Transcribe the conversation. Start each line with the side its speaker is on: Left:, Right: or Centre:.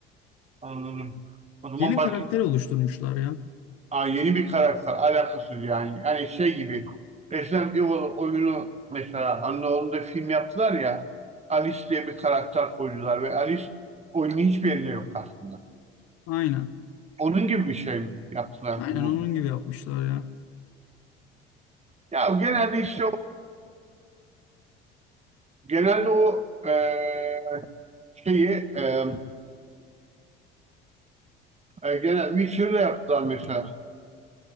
Right: Anladım. O zaman
Left: Yeni
Right: başka
Left: karakter oluşturmuşlar ya.
Right: Aa, yeni bir karakter alakası yani. Yani şey gibi Resident Evil oyunu mesela hani onu da film yaptılar ya Alice diye bir karakter koydular ve Alice oyunun hiçbir yerinde yok aslında.
Left: Aynen.
Right: Onun gibi bir şey mi yaptılar
Left: Aynen
Right: bu?
Left: onun gibi yapmışlar ya.
Right: Ya genelde işte o, genelde o e, şeyi e, e, genel Witcher'da yaptılar mesela.